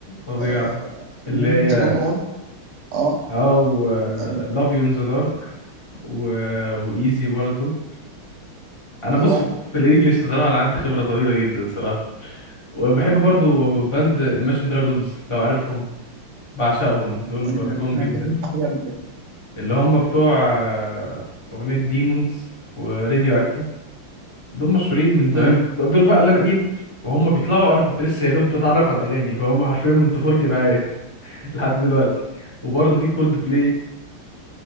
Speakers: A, on the left; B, on the right.
A: فظيعة
B: آه...
A: اللي هي
B: تجون اون اه
A: اه و
B: آه،
A: لاف يو ان ذا دارك و وايزي برضو انا
B: ايوه
A: بص في في الانجليش صراحة انا عندي خبرة طويلة جدا صراحة وبحب برضو باند Imagine Dragons لو عارفهم بعشقهم دول
B: آه،
A: بحبهم
B: ما
A: جدا
B: سمعتش حاجه قبل كده
A: اللي هم بتوع آه، أغنية ديمونز وراديو أكتف دول مشهورين من زمان
B: امم
A: دول بقى اللي أنا إيه وهم بيطلعوا أنا كنت لسه يا دوب بتعرف على الأغاني فهم حرفيا من طفولتي معايا <laughs> لحد دلوقتي وبرضه في كولد بلاي